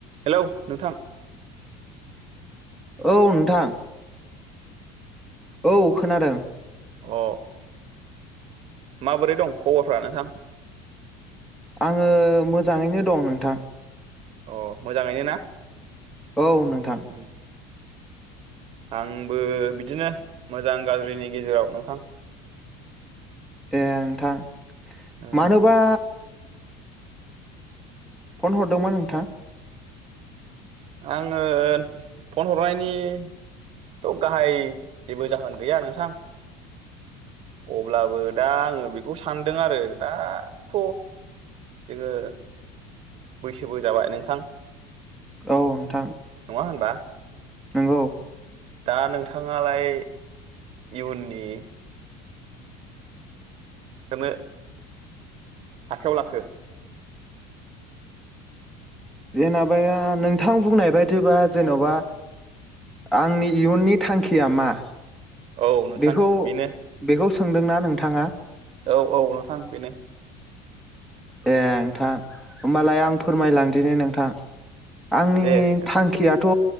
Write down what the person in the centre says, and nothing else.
औ नोंथां औ खोनादों
आङो मोजाङैनो दं नोंथां
औ नोंथां
दे नोंथां
मानोबा फन हरदोंमोन नोंथां
औ नोंथां
नोंगौ
जेनेबाया नोंथां बुंनाय बायदिबा जेन'बा आंनि इयुननि थांखिया मा
बेखौ
बेखौ सोंदोंना नोंथाङा
ए था होमबालाय आं फो फोरमायलांदिनि नोंथां आंनि
थांखियाथ'